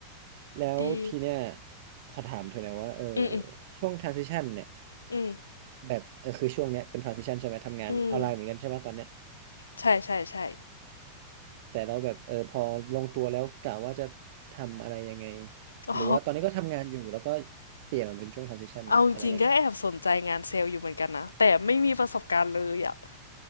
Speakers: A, on the right; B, on the left.
A: แล้วทีเนี้ย
B: ดี
A: ขอถามเธอหน่อยว่าเออ
B: อืมอืม
A: ช่วง transition เนี่ย
B: อืม
A: แบบเออคือช่วงเนี้ยเป็น transition ใช่ไหมทำงานออนไลน์เหมือนกันใช่ป่ะตอนเนี้ย
B: อืมใช่ใช่ใช่
A: แต่เราแบบเออพอลงตัวแล้วกะว่าจะทำอะไรยังไง
B: อ๋อ
A: หรือว่าตอนนี้ก็ทำงานอยู่แล้วก็เปลี่ยนมาเป็นช่วง transition
B: เอาจริงๆก็แอบสนใจงานเซลล์อยู่เหมือนกันนะแต่ไม่มีประสบการณ์เลยอะ
A: อะไรยังไง